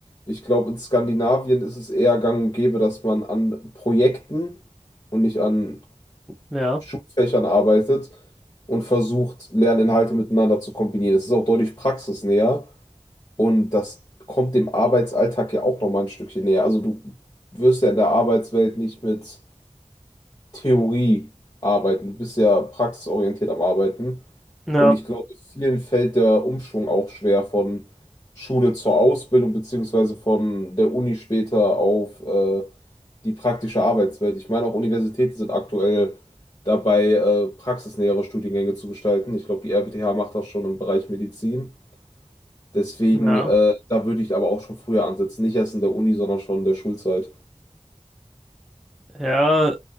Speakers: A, on the left (about 35°); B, in the centre.
A: Ich glaube, in Skandinavien ist es eher gang und gäbe, dass man an Projekten und nicht an
B: Ja,
A: Schulfächern arbeitet und versucht, Lerninhalte miteinander zu kombinieren. Es ist auch deutlich praxisnäher und das kommt dem Arbeitsalltag ja auch nochmal ein Stückchen näher. Also du wirst ja in der Arbeitswelt nicht mit Theorie arbeiten, du bist ja praxisorientiert am Arbeiten
B: ja,
A: und ich glaube, vielen fällt der Umschwung auch schwer von Schule zur Ausbildung beziehungsweise von der Uni später auf äh, die praktische Arbeitswelt. Ich meine, auch Universitäten sind aktuell dabei, äh, praxisnähere Studiengänge zu gestalten. Ich glaube, die RWTH macht das schon im Bereich Medizin. Deswegen,
B: ja.
A: äh, da würde ich aber auch schon früher ansetzen. Nicht erst in der Uni, sondern schon in der Schulzeit.
B: Ja, äh,